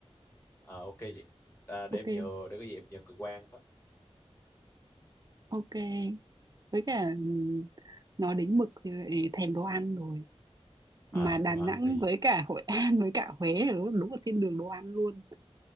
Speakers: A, on the left (about 20°); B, on the right (about 35°).
A: à, ok vậy à, để
B: ok
A: em nhờ để cái gì em nhờ người quan phát
B: ok với cả ừm, nói đến mực thì lại thèm đồ ăn rồi mà
A: à
B: Đà
A: đồ
B: Nẵng
A: ăn thì
B: với cả Hội An <laughs> với cả Huế là đúng, đúng là thiên đường đồ ăn luôn